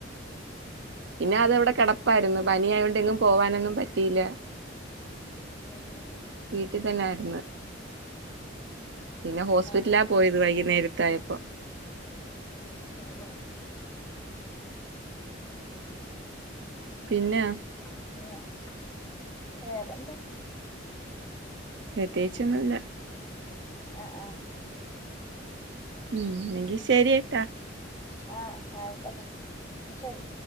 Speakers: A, on the right (about 65°); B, on the left (about 15°).
A: പിന്നെ അതവ്ടെ കെട പ്പാരുന്നു പനിയായോണ്ട് എങ്ങും പോവാനൊന്നും പ റ്റീല
B: ഉം ഉം
A: വീട്ടിതന്നാര്ന്ന് പിന്ന ഹോസ്പിറ്റലാ
B: ആഹ് ആഹ്
A: പോയത് വൈകുന്നേരത്തായ് പൊ
B: ഉം ഉം
A: പിന്നെ
B: <unintelligible> വേറെന്താ
A: പ്രത്യേകിച്ചൊന്നുല്ല
B: ആ ആ
A: ഉം എങ്കിൽ ശരിയേട്ടാ
B: ആഹ് ആയിക്കോട്ടെ ന്ന ശരി